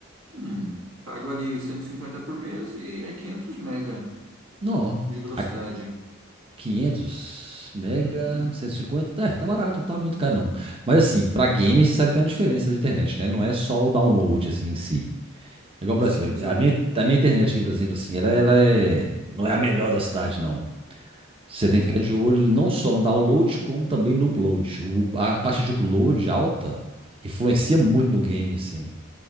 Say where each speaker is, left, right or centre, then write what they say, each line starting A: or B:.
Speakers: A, on the right (about 70°); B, on the right (about 25°).
A: Hum, pago ali 150 por mês e é 500 mega
B: Não, ó,
A: de velocidade.
B: a 500 mega,
A: Uhum.
B: 150, tá, é, tá barato, tá muito caro não. Mas assim, pra game você sabe que tem uma diferença da internet, né? Não é só o download assim em si. É igual pra
A: Sim,
B: cima,
A: tem que ser. o-
B: a minha, a minha internet aqui, por exemplo, assim, ela, ela é, não é a melhor da cidade não. Você tem
A: Hum,
B: que ficar de olho não só no download, como também no upload. O- a taxa de upload alta influencia muito no game, assim.